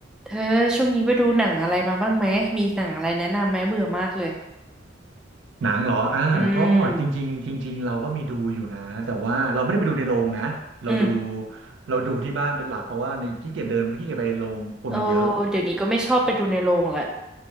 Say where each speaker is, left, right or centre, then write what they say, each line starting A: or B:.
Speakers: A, in the centre; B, on the right (about 80°).
A: เธอช่วงนี้ไปดูหนังอะไรมาบ้างไหมมีหนังอะไรแนะนำไหมเบื่อมากเลย
B: หนังเหรออ่าก็จริงๆจริงๆเราก็มีดูอยู่นะ
A: อืม
B: แต่ว่าเราไม่ได้ไปดูในโรงนะ เราดู
A: อืม
B: เราดูที่บ้านเป็นหลักเพราะว่าในขี้เกียจเดินขี้เกียจไปในโรงคนมันเยอะ
A: โอ้เดี๋ยวนี้ก็ไม่ชอบไปดูในโรงละ
B: อ่ะ